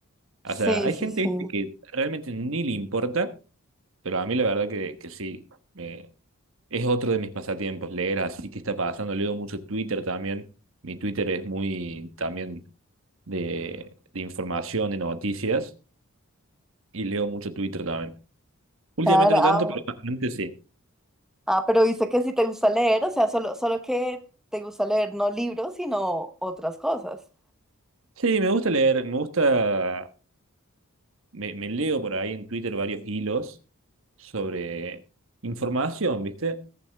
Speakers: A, in the centre; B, on the right (about 60°).
A: Sí,
B: O sea, hay
A: sí,
B: gente,
A: sí.
B: viste, que realmente ni le importa, pero a mí la verdad que, que sí. me- es otro de mis pasatiempos, leer así que está pasando. Leo mucho Twitter también. Mi Twitter es muy también de, de información, de noticias, y leo mucho Twitter también. Últimamente
A: Claro,
B: no
A: ah,
B: tanto, pero antes sí.
A: Ah, pero dice que si te gusta leer, o sea, solo, solo que te gusta leer no libros, sino otras cosas.
B: Sí, me gusta leer, me gusta, me, me leo por ahí en Twitter varios hilos sobre información, ¿viste?